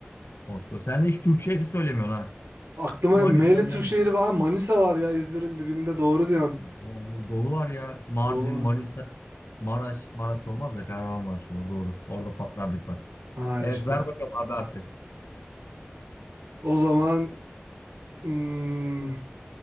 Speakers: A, on the left (about 90°); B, on the right (about 75°).
A: Moskova. Sen de hiç Türk şehri söylemiyorsun ha.
B: Aklıma
A: Manisa,
B: Meyli
A: Mersin.
B: Türk şehri var. Manisa var ya İzmir'in dibinde doğru diyorsun.
A: Oho, Dolu var ya. Mardin,
B: Dolu var.
A: Manisa, Maraş. Maraş olmaz da Kahramanmaraş olur. Doğru. Orada patlardık bak.
B: Ha
A: Evet
B: işte.
A: ver bakalım abi harfi.
B: O zaman hmm,